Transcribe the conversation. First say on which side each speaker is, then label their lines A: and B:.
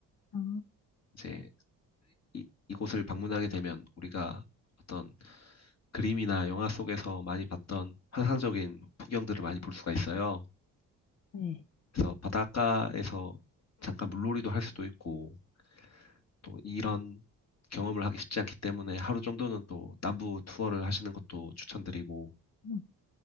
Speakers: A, on the left; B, on the left.
A: 아,
B: 이제 이, 이곳을 방문하게 되면 우리가 어떤 그림이나 영화 속에서 많이 봤던 환상적인 풍경들을 많이 볼 수가 있어요.
A: 네.
B: 그래서 바닷가에서 잠깐 물놀이도 할 수도 있고 또 이런 경험을 하기 쉽지 않기 때문에 하루 정도는 또 남부 투어를 하시는 것도 추천드리고
A: 음.